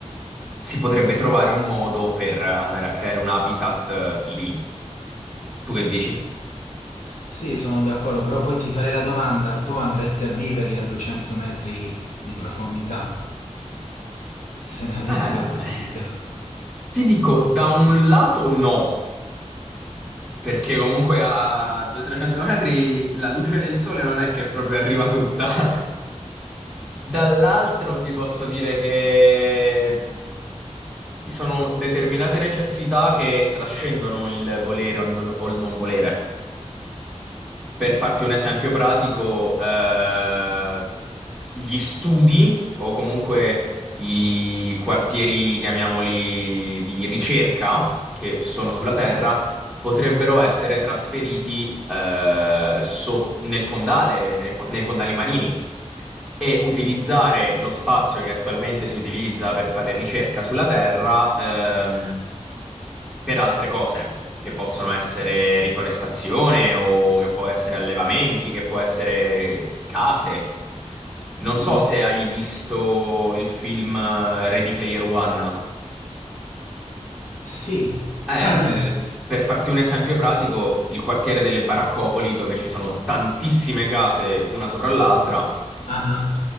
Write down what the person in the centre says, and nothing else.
si potrebbe trovare un modo per andare a creare un habitat eh, lì. Tu che dici?
Eh,
Ti dico, da un lato no, perché comunque a 200-300 metri la luce del sole non è che proprio arriva tutta. <laughs> Dall'altro ti posso dire che ci sono determinate necessità che trascendono il volere o non o il non volere. Per farti un esempio pratico, eh, gli studi o comunque i quartieri, chiamiamoli, di ricerca che sono sulla Terra potrebbero essere trasferiti eh, so- nel fondale, nei, fo- nei fondali marini e utilizzare lo spazio che attualmente si utilizza per fare ricerca sulla Terra ehm, per altre cose. Che possono essere riforestazione o che può essere allevamenti, che può essere case. Non
so se hai visto il film eh, Ready Player One.
Eh,
eh, per farti un esempio pratico, il quartiere delle Baraccopoli, dove ci sono tantissime case una sopra l'altra,